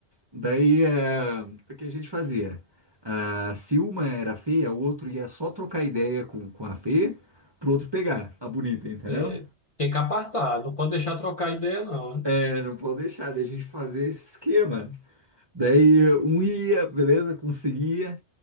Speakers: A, on the right; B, on the left.
A: Daí, é, o que a gente fazia? Ah, se uma era feia, o outro ia só trocar ideia com, com a feia, pro outro pegar a bonita, entendeu?
B: É, tem que apartar, não pode deixar trocar ideia, não. né?
A: É, não pode deixar da gente fazer esse esquema. Daí um ia, beleza, conseguia